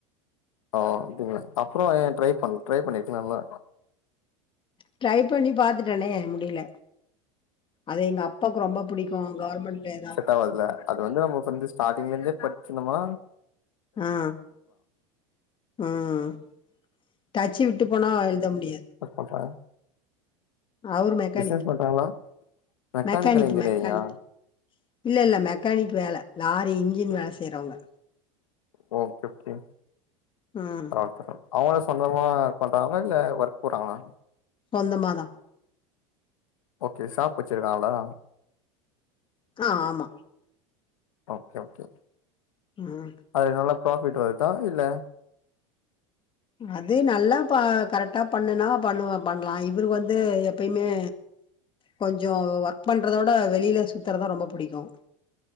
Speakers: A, on the left; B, on the left.
A: ஓ அப்டிங்களா அப்புறம் ஏன் ட்ரை பண்ணல ட்ரை பண்ணிருக்லாம்ல
B: ட்ரை பண்ணி பாத்துட்டேனே முடில அது எங்க அப் அப்பாக்கு ரொம்ப புடிக்கும் கவர்மெண்ட்ல ஏதா
A: செட்டாவாதுல அது வந்து நம்ம வந்து ஸ்டார்டிங்ல இருந்தே பச்சிருந்தம்னா
B: ஆ ம் ம் டச்சு விட்டு போனா எழுத முடியாது
A: அப்பப்பா
B: அவரு மெக்கானிக்
A: மெசேஜ் பண்றாங்ளா மெக்கானிக்கல்
B: மெக்கானிக்
A: இன்ஜினியரிங்கா
B: மெக்கானிக் இல்ல இல்ல மெக்கானிக் வேல லாரி இன்ஜின் வேல செய்றவங்க
A: ஓ கெக் கே
B: ம்
A: ஓகே அவங்ளே சொந்தமா பண்றாங்களா இல்ல ஒர்க் போறாங்ளா
B: சொந்தமா தா
A: ஓகே சாப் வச்சிங்கீறாங்களா
B: அ ஆமா
A: ஓ கே ஓக்கே
B: ம்
A: அதுல நல்லா ப்ராஃபிட் வருதா இல்ல
B: அது நல்லா பா கரெக்டா பண்ணனா பண்ணுவ பண்ணலா இவரு வந்து எப்பய்மே கொஞ்சோ ஒர்க் பண்றதவிட வெளியில சுத்துறத்தா ரொம்ப புடிக்கூ